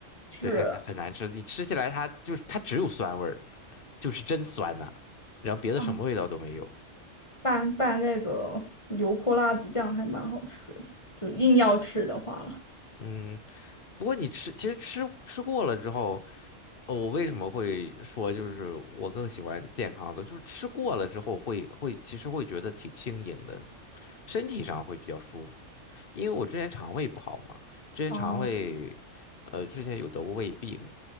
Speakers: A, on the left; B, on the left.
A: 吃
B: 对，很难很难吃，你吃起来它就是它只有酸味儿，就是真酸呐、然后别的什么味道都没有。
A: 啊！拌拌那个油泼辣子酱还蛮好吃的，就硬要吃的话了。
B: 嗯，不过你吃，其实吃吃过了之后，呃，我为什么会说就是我更喜欢健康的，就是吃过了之后会会，其实会觉得挺轻盈的，身体上会比较舒服。因为我之前肠胃不好嘛，之前肠胃，
A: 哦
B: 呃，之前有得过胃病，